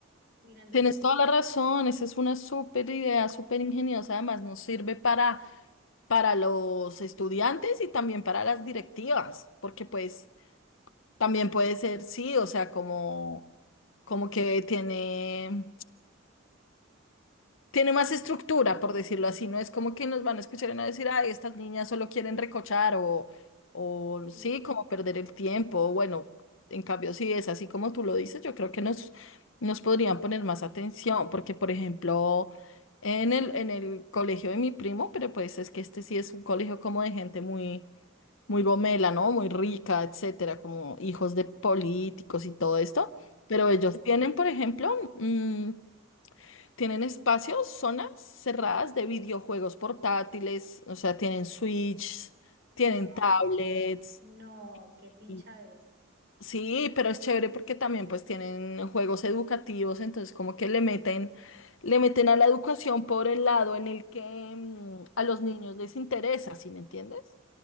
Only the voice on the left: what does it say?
Tienes
toda la razón, esa es una súper idea, súper ingeniosa. Además, nos sirve para, para los estudiantes y también para las directivas, porque pues también puede ser, sí, o sea, como, como que tiene tiene más estructura, por decirlo así, no es como que nos van a escuchar y van a decir, ay, estas niñas solo quieren recochar o, o
sí, como perder el tiempo. Bueno, en cambio, si es así como tú lo dices, yo creo que nos, nos podrían poner más atención, porque, por ejemplo, en el, en el colegio de mi primo, pero pues es que este sí es un colegio como de gente muy, muy gomela, ¿no? Muy rica, etcétera, como hijos de políticos y todo esto,
pero ellos tienen, por ejemplo, mm, tienen espacios, zonas cerradas de videojuegos portátiles, o sea, tienen Switch, tienen
tablets.
y- Sí, pero es chévere porque también pues tienen juegos educativos, entonces como que le meten, le meten a la educación por el lado en el que mm, a los niños les interesa, ¿sí me entiendes?